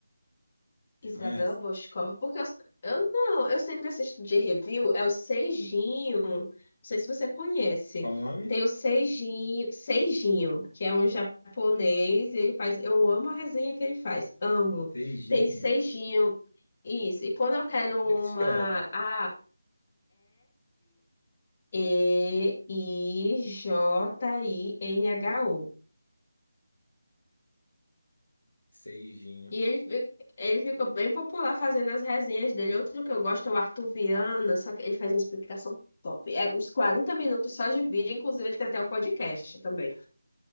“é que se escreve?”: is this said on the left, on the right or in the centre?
Left